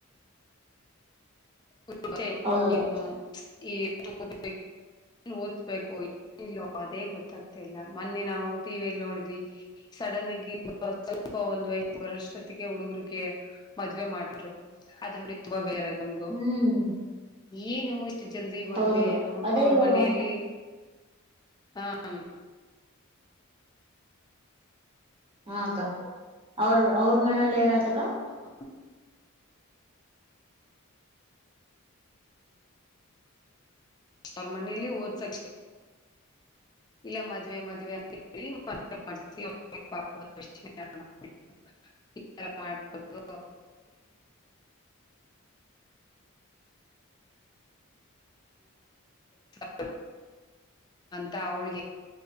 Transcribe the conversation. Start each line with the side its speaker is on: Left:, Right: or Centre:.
Left: <inaudible>
Right: ಹೌದಕ್ಕ
Left: ಏನ್ ಓಸ್ಬೇಕು ಏನಿಲ್ಲೋ ಅದೇ ಗೊತ್ತಾಗ್ತಿಲ್ಲ ಮೊನ್ನೆ ನಾವು ಟಿವಿಯಲ್ಲಿ ನೋಡಿದ್ವಿ. ಸಡನಗಿ ಸ್ವಲ್ಪ ಒಂದ್ ವಯಸ್ ಬರೊಷ್ಟೊತ್ತಿಗೆ ಹುಡುಗ್ರಿಗೆ. ಮದ್ವೆ ಮಾಡ್ಬಿಟ್ರು ಅದ್ರ ನುಡಿ ತುಂಬಾ ಬೇಜಾರ್ ಆಯ್ತಾ ನಮ್ಗು.
Right: ಹ್ಮ್.
Left: ಏನು ಇಷ್ಟು ಜಲ್ದಿ ಮದ್ವೆ
Right: ಹೌದಕ್ಕ
Left: ಏನು
Right: ಅದೇ
Left: ಅವ್ರ
Right: ಇವಾಗ
Left: ಮನೆಯಲ್ಲಿ. ಹಾಂ ಮ್
Right: ಹಾ ಅಕ್ಕಾ ಅವ್ರ ಅವ್ರ ಮನೇಲ ಏನಾಯ್ತಕ್ಕ.
Left: <unintelligible> ಅವ್ರ ಮನೇಲಿ ಓದ್ಸಕ್ಕೆ. ಇಲ್ಲ ಮದ್ವೆ ಮದವೆ ಅಂತ ಹೇಳಿ ಮದ್ವೆ ಮಾಡ್ಸಿ <unintelligible> ಇತರ ಮಾಡ್ಬಾರದು <unintelligible> <unintelligible> ತಾ ಅವ್ಳಿಗೆ